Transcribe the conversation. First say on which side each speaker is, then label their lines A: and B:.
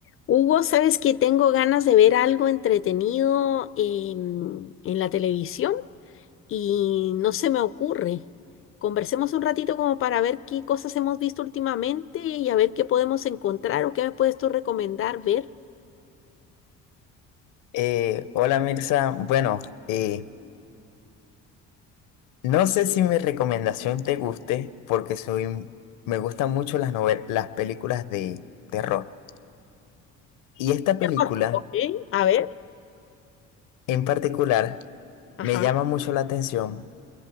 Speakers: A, on the left; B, on the left.
A: Hugo, ¿sabes que tengo ganas de ver algo entretenido en, en la televisión y no se me ocurre? Conversemos un ratito como para ver qué cosas hemos visto últimamente y a ver qué podemos encontrar o qué me puedes tú recomendar ver.
B: Eh, hola Mirza, bueno, eh, no sé si mi recomendación te guste porque soy, me gustan mucho las novel- las películas de terror. Y esta película
A: Ah, Ok, a ver.
B: en particular
A: Ajá,
B: me llama mucho la atención